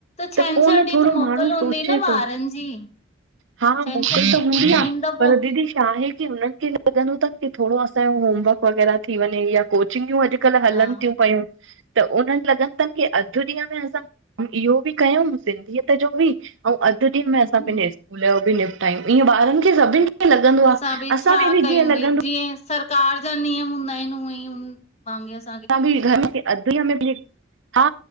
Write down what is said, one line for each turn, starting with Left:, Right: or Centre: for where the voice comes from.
Right: त
Left: छंछरु
Right: पो न
Left: ॾींहुं
Right: थोरो
Left: त मोकल
Right: माण्हू
Left: हूंदी
Right: सोचे
Left: न
Right: तो।
Left: ॿारनि जी
Right: हा मोकिल
Left: छंछरु ॾींहुं
Right: त हूंदी आ
Left: ईंदो पो
Right: पर दीदी छा आहे की हुननि खे लंॻदो तनि की थोरो असांजो होमवर्क वग़ैरह थी वञे या कोचिंगूं अॼु अॼुकल्ह हलनि
Left: हा
Right: थियूं पयूं त उन्हनि लॻनि अथनि की अधु ॾींहं में असां इहो कयु सिंधीयत जो बि ऐं अधु ॾींहं में असां
Left: हम्म
Right: पंहिंजे स्कूल जो भी निपटायू इह ॿारनि खे सभिनि खे लॻंदो आ
Left: असां बि
Right: असांखे
Left: छा
Right: बि
Left: कयूं
Right: जीअं
Left: भई
Right: लॻंदो
Left: जीअं सरकार जा नियम हूंदा आहिनि उहेहि उन <unintelligible>
Right: असां बि घर खे अधु ईअ में बि हा